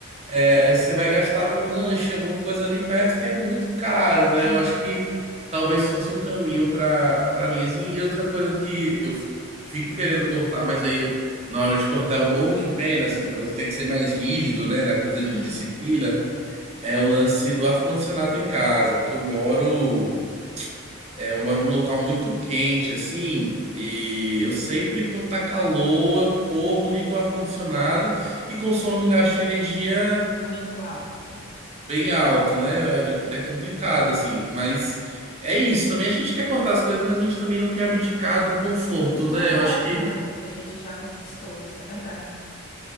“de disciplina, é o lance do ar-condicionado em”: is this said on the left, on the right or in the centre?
Right